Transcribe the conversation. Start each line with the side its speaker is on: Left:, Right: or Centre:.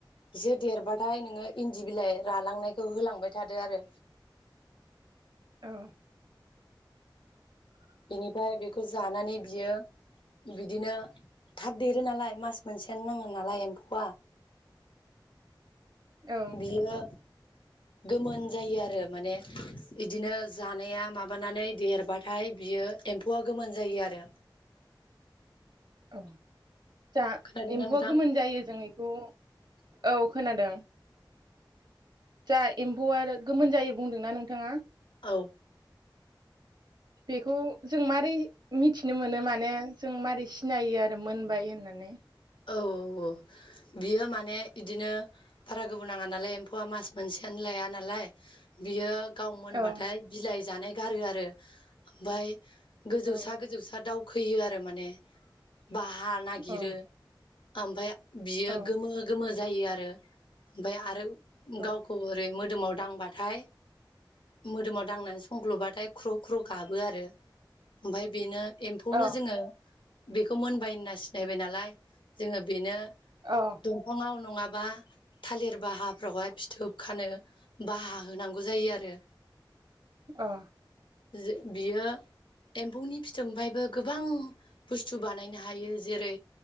Left: बिसोर देरबाथाय नोङो इन्दि बिलाइ रालांनायखौ होलांबाय थादो आरो
Right: औ
Left: बिनिफ्राय बेखौ जानानै बियो बिदिनो थाब देरो नालाय मास मोनसेयानो नाङा नालाय एम्फौआ
Right: औ
Left: बियो गोमोन जायो आरो माने इदिनो जानाया माबानानै देरबाथाय बियो एम्फौआ गोमोन जायो आरो।
Right: अ जा
Left: खोनादोंना
Right: एम्फौआ
Left: नोंथां
Right: गोमोन जायो जों। द' औ खोनादों जा एम्फौआ आरो गोमोन जायो बुंदोंना नोंथाङा
Left: औ
Right: बेखौ जों मारै मिथिनो मोनो माने जों मारै सिनायो आरो मोनबाय होननानै
Left: औ औ औ बियो माने इदिनो बारा गोबाव नाङा नालाय एम्फौआ मास मोनसेयानो लाया नालाय बियो गाव मोनबाथाय
Right: औ
Left: बिलाइ जानाय। गारो आरो ओमफाय गोजौसा
Right: औ
Left: गोजौसा दाउ। खोयो आरो माने बाहा नागिरो।
Right: औ
Left: ओमफाय बियो
Right: औ
Left: गोमो गोमो जायो आरो ओमफाय आरो।
Right: औ
Left: गावखौ ओरै मो मोदोमाव दांबाथाय मोदोमाव दांनानै संख्ल'बाथाय ख्र' ख्र' गाबो आरो ओमफाय बेनो एम्फौनो
Right: औ
Left: जोङो बेखौ मोनबाय होनना नायबाय नालाय। जोङो बेनो
Right: औ
Left: दंफाङाव नङा बा थालिर बाहाफ्रावहाय फिथोब खानो बाहा होनां जायो आरो।
Right: औ
Left: जों बियो एम्फौनि फिथोबनिफ्रायबो गोबां बुस्थु बानायनो हायो। जेरै